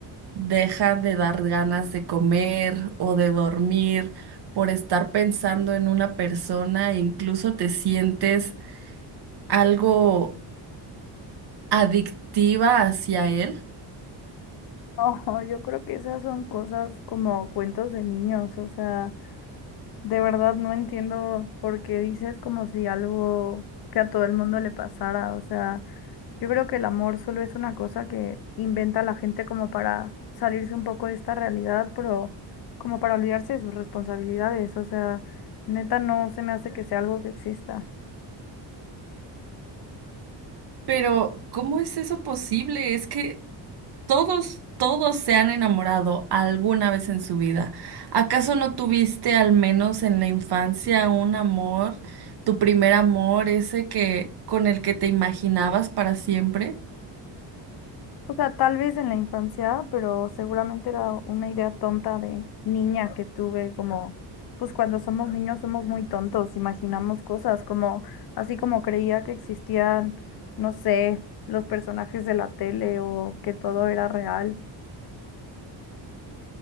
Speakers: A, on the right; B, on the left.
A: dejan de dar ganas de comer o de dormir por estar pensando en una persona e incluso te sientes algo adictiva hacia él?
B: Oh, yo creo que esas son cosas como cuentos de niños, o sea, de verdad no entiendo por qué dices como si algo que a todo el mundo le pasara, o sea, yo creo que el amor solo es una cosa que inventa la gente como para salirse un poco de esta realidad, pero como para olvidarse de sus responsabilidades, o sea, neta no se me hace que sea algo que exista.
A: Pero, ¿cómo es eso posible? Es que Todos, todos se han enamorado alguna vez en su vida. ¿Acaso no tuviste al menos en la infancia un amor, tu primer amor, ese que con el que te imaginabas para siempre?
B: O sea, tal vez en la infancia, pero seguramente era una idea tonta de niña que tuve, como, pues cuando somos niños somos muy tontos, imaginamos cosas, como, así como creía que existían, no sé, los personajes de la tele o que todo era real.